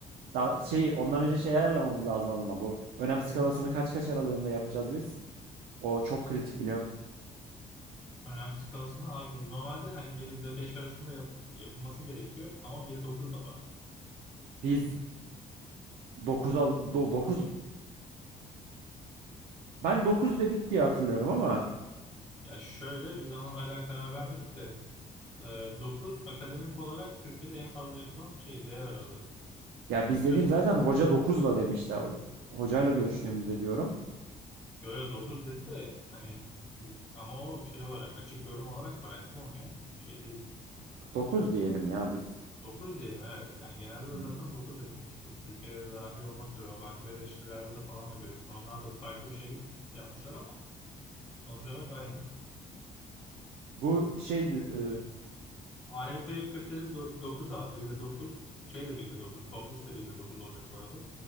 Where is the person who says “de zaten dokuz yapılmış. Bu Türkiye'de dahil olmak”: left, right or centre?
Left